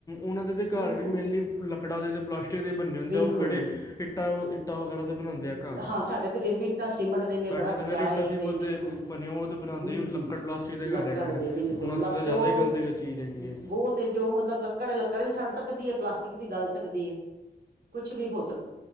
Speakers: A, on the left; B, on the right.
A: ਓਨਾ ਦੇ ਤਾਂ ਘਰ
B: ਬਿਲਕੁਲ
A: ਵੀ ਮੇਨਲੀ ਲੱਕੜਾਂ ਦੇ ਅਤੇ ਪਲਾਸਟਿਕ ਦੇ ਬੰਨੇ ਹੁੰਦੇ
B: ਬਿਲਕੁਲ
A: ਆ, ਓ ਕਿਹੜੇ ਇੱਟਾਂ, ਇੱਟਾਂ ਵਗੈਰਾ ਤਾਂ ਬਣਾਉਂਦੇ
B: ਬਿਲਕੁਲ
A: ਆ, ਘਰ।
B: ਹਾਂ ਸਾਡੇ ਤੇ ਫੇਰ ਵੀ ਸੀਮੈਂਟ ਦੇ ਨੇ
A: ਸਾਡੇ
B: ਬੜਾ ਬਚਾ
A: ਤੇ ਫਿਰ ਇੱਟਾਂ
B: ਏ,
A: ਸੀਮਤ
B: ਬਿਲਕੁਲ
A: ਤੇ ਬਣੇ ਉਹ ਤੇ ਬਣਾਉਂਦੇ
B: ਹੂੰ-ਹੂੰ,
A: ਹੀ ਲੱਕੜ ਪਲਾਸਟਿਕ ਦੇ ਘਰ
B: ਲੱਕੜ
A: ਹੈਗੇ ਨੇ
B: ਦੇ ਬਿਲਕੁਲ
A: ਹੁਣ ਅਸੀਂ
B: ਰੱਬ
A: ਤੇ
B: ਚੋਂ
A: ਜ਼ਿਆਦਾ ਹੀ ਗਲਤ ਚੀਜ਼ ਹੈਗੀ ਹੈ
B: ਬੋਤ ਜੋ ਮਤਲਬ ਲੱਕੜ-ਲੱਕੜ ਵੀ ਸੜ ਸਕਦੀ ਹੈ, ਪਲਾਸਟਿਕ ਵੀ ਗਲ ਸਕਦੀ ਐ, ਕੁੱਛ ਵੀ ਹੋ ਸਕਦੀ।